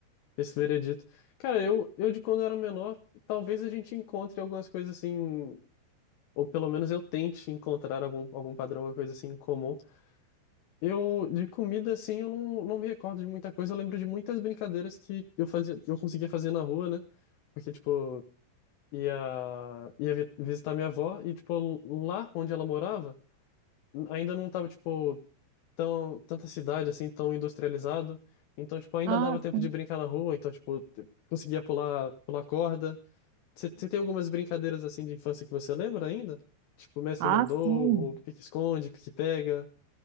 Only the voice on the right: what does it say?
Ah,
sim.
Ah,
sim.